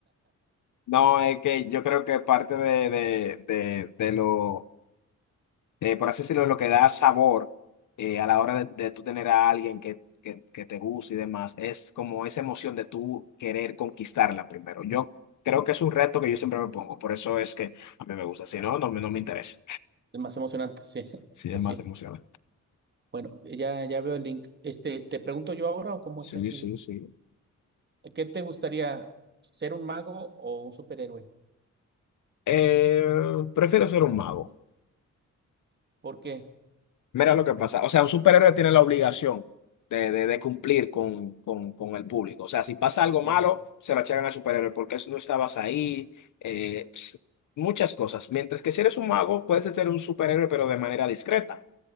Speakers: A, on the left; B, on the right.
A: No, es que yo creo que parte de, de, de, de lo eh, por así decirlo, lo que da sabor eh, a la hora de, de tú tener a alguien que, que, que te guste y demás, es como esa emoción de tú querer conquistarla primero. Yo creo que es un reto que yo siempre me pongo, por eso es que a mí me gusta, si no, no, me- no me interesa.
B: Es más emocionante, sí, <laughs>
A: Sí,
B: pues
A: es más
B: sí.
A: emocionante.
B: Bueno, ya, ya veo el link. Este, ¿te pregunto yo ahora o cómo
A: Sí,
B: es aquí?
A: sí, sí.
B: el- ¿Qué te gustaría, ser un mago o un superhéroe?
A: Eh, prefiero ser un mago.
B: ¿Por qué?
A: Mira lo que pasa. O sea, un superhéroe tiene la obligación de, de- de cumplir con, con- con el público. O sea, si pasa algo malo,
B: Ya,
A: se lo achacan al superhéroe porque no estabas ahí. eh, ps, muchas cosas. Mientras que si eres un mago, puedes ser un superhéroe, pero de manera discreta.